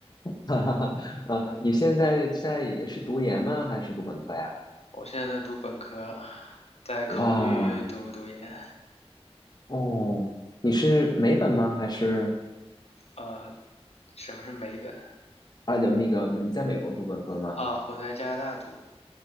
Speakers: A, on the left; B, on the left.
A: 哈哈哈，呃，你现在现在也是读研吗？还是读本科呀？
B: 我现在在读本科，在考虑读不读研。
A: 哇，哦，你是美本吗？还是
B: 呃，什么是美本？
A: 啊，那那个你在美国读本科吗？
B: 啊，我在加拿大读，